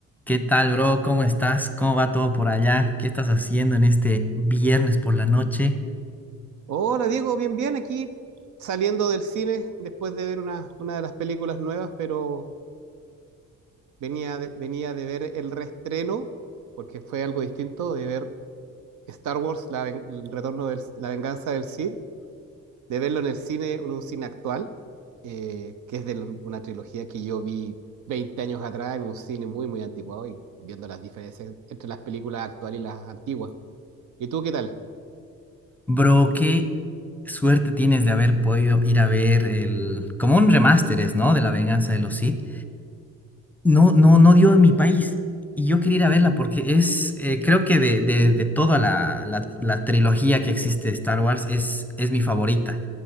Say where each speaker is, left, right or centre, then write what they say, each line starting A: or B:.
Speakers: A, in the centre; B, on the right (about 75°).
A: ¿Qué tal, bro? ¿Cómo estás? ¿Cómo va todo por allá? ¿Qué estás haciendo en este viernes por la noche?
B: Hola Diego, bien, bien, aquí saliendo del cine después de ver una, una de las películas nuevas, pero venía de, venía de ver el reestreno, porque fue algo distinto, de ver Star Wars, la ven- el retorno de la venganza del Sith, de verlo en el cine, en un cine actual, eh, que es de la- una trilogía que yo vi 20 años atrás en un cine muy, muy anticuado y viendo las diferencias entre las películas actuales y las antiguas. ¿Y tú qué tal?
A: Bro, qué suerte tienes de haber podido ir a ver el... como un remaster es, ¿no? De La Venganza de los Sith. No, no, no dio en mi país. Y yo quería ir a verla porque es, eh, creo que de, de- de toda la, la- la trilogía que existe de Star Wars es, es mi favorita.